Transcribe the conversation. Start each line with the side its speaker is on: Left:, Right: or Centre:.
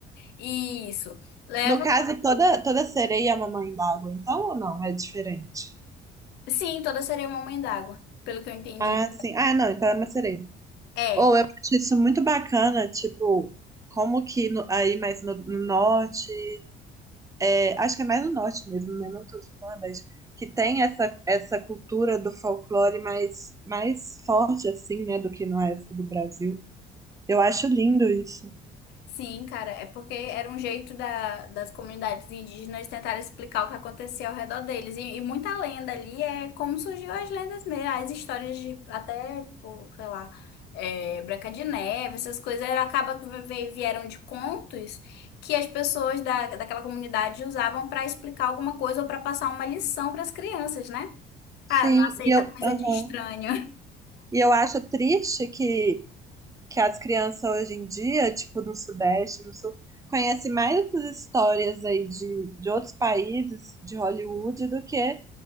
Left: Isso. Leva.
Right: No caso,
Left: pra-
Right: toda, toda sereia é uma mãe d'água, então ou não? É diferente.
Left: Sim, toda sereia é uma mãe d'água, pelo que eu entendi.
Right: Ah, sim. Ah, não, então é uma sereia.
Left: É.
Right: Acho isso muito bacana, tipo, como que no- aí mais no, no norte, é, acho que é mais no norte mesmo, né? Não todo no Nordeste, que tem essa, essa cultura do folclore mais, mais forte, assim, né, do que no resto do Brasil. Eu acho lindo isso.
Left: Sim, cara, é porque era um jeito da- das comunidades indígenas tentarem explicar o que acontecia ao redor deles. E, e muita lenda ali é como surgiu as lendas mesmo, as histórias de até, pô, sei lá, é, Branca de Neve, essas coisas, era, acaba que ve- vieram de contos que as pessoas da, daquela comunidade usavam para explicar alguma coisa ou para passar uma lição para as crianças, né?
Right: Sim,
Left: Ah, não aceita
Right: e eu,
Left: coisa
Right: aham.
Left: de estranho.
Right: E eu acho triste que que as crianças hoje em dia, tipo no Sudeste, no Sul, conhecem mais essas histórias aí de, de outros países, de Hollywood, do que